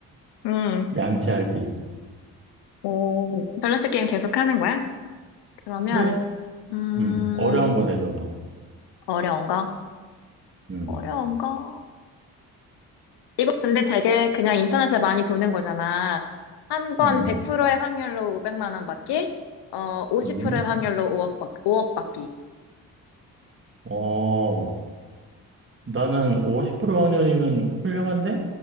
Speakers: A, on the left; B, on the right.
A: 응.
B: 양치하기.
A: 어, 밸런스 게임 계속 하는 거야? 그러면,
B: 그래?
A: 음,
B: 음, 어려운 거 내줘봐.
A: 어려운 거?
B: 음,
A: 어려운 거? 이거 근데 되게 그냥 인터넷에 많이 도는 거잖아. 한 번
B: 음,
A: 100%의 확률로 500만 원 받기, 어, 50%의
B: 음.
A: 확률로 5억 받, 5억 받기.
B: 어, 나는 50% 확률이면 훌륭한데?